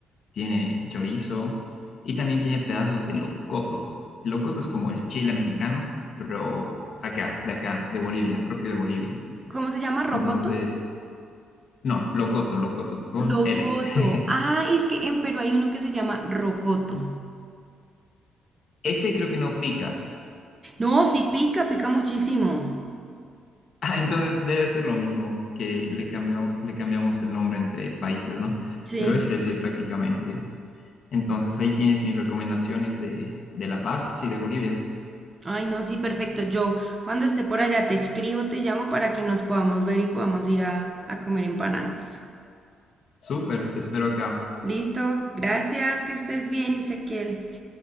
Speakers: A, on the left; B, on the right.
A: tiene chorizo y también tiene pedazos de locoto. El locoto es como el chile mexicano, pero acá, de acá, de Bolivia, propio de Bolivia.
B: ¿Cómo se llama? ¿Rocoto?
A: Entonces, no, locoto, locoto, con
B: Locoto.
A: L. <laughs>
B: Ah, es que en Perú hay uno que se llama rocoto.
A: Ese creo que no pica. <laughs>
B: No, sí pica, pica muchísimo.
A: Ah, entonces debe ser lo mismo que le cambiamos, le cambiamos el nombre entre países, ¿no?
B: Sí.
A: Pero es ese prácticamente. Entonces ahí tienes mis recomendaciones de, de La Paz y de Bolivia.
B: Ay, no, sí, perfecto. Yo cuando esté por allá te escribo, te llamo para que nos podamos ver y podamos ir a, a comer empanadas.
A: Súper, te espero acá.
B: Listo, gracias, que estés bien, Ezequiel.